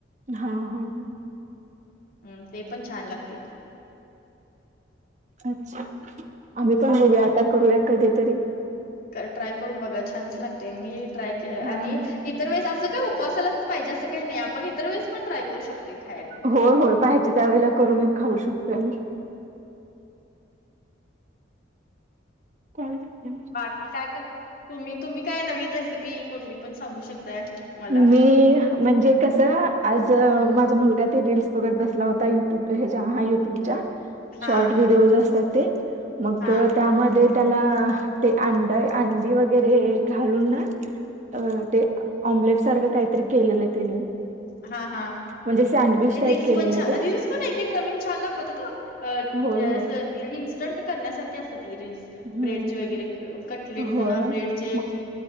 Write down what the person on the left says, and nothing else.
हम्म ते पण छान लागते.
क ट्राय करून बघा छानच लागते मी ट्राय केलं आणि
इतर वेळेस असं काय उपवासाला पाहिजे असं काही नाही आपण इतर वेस पण ट्राय करू शकतोय खायला.
बाकी काय कर तुम्ही तुम्ही काय नवीन रेसिपी कोठली पण सांगू शकताय. मला
हा
हा
हा हा
रील्स
पण छान
रील्स पण एक एक नवीन छान दाखवत हा. अं
अं
असं इन्स्टंट करण्यासारखी असत्यात हे रील्स.
ब्रेडचे वगैरे कटलेट म्हणा
ब्रेडचे